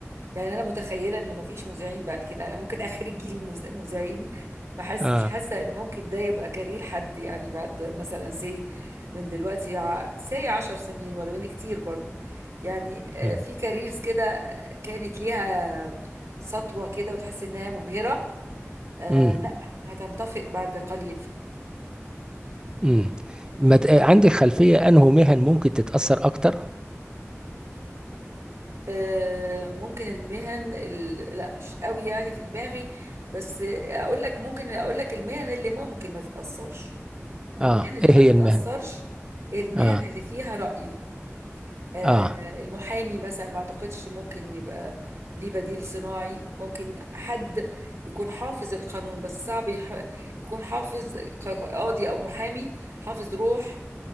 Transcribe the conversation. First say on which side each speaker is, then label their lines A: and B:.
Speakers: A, on the right; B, on the right.
A: يعني انا متخيله ان مفيش مذيعين بعد كده انا ممكن اخر الجيل مز- مذيعين بحس
B: اه
A: مش حاسه ان ممكن ده يبقى كارير حد يعني بعد مثلا سي من دلوقتي ع- سي عشر سنين ولو ان كتير برضه يعني آه،
B: مم.
A: في كاريرز كده آه، كانت ليها سطوه كده وتحس انها مبهره آه
B: مم.
A: لا هتنطفئ بعد قليل
B: مم. ما ت- آه، عندك خلفية انه مهن ممكن تتأثر اكتر
A: آه ممكن المهن ال... لا مش قوي يعني في دماغي بس اقول لك ممكن اقول لك المهن اللي ممكن ما تتأثرش المهن
B: اه
A: اللي
B: ايه
A: ما
B: هي
A: تتأثرش
B: المهن
A: المهن
B: اه
A: اللي فيها رأي آه
B: اه
A: المحامي مثلا ما اعتقدش ممكن يبقى ليه بديل صناعي ممكن حد يكون حافظ القانون بس صعب يح... يكون حافظ ك- قاضي او محامي حافظ روح